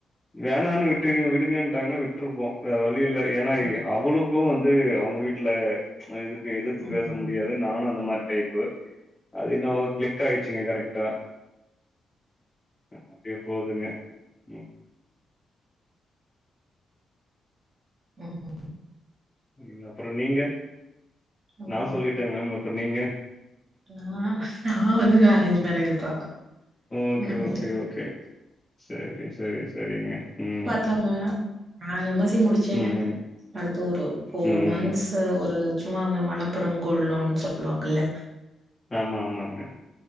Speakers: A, on the left; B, on the right.
A: வேணான்னு
B: ம்
A: விட்டு விடுங்கன்டாங்கன்னா விட்டுருப்போ வேற வழி இல்ல ஏன்னா
B: ம்
A: அவளுக் கு வந்து அவுங்க வீட்ல இதுக்கு எதுத்து
B: ம்
A: பேச மு டியாது நானு அந்த மாதிரி டைப்பு அது என்னவோ க்ளிக் ஆயிடுச்சுங்க கரெக்ட் டா அப்டியே போதுங்க ம்
B: ம்
A: ம் அப்றோ நீங்க
B: அப்புறம்
A: நா சொல்லி டங்க மேம் அப்றோ நீங்க
B: நா நா வந்து அரேஞ்ச் மேரேஜ் தா
A: ஓகே
B: ம்
A: ஓகே ஓகே செரி செரி செரிங்க ம்
B: அதாங்க நா எம் எசி முடிச்சே
A: ம்,
B: அடுத்து ஒரு ஃபோர்
A: ம்,
B: மன்த்ஸ்
A: ம்.
B: ஒரு சும்மா அந்த மனப்புறம் கோல்ட் லோன்னு சொல்லுவாங்கல்ல
A: ஆமா ஆமாங்க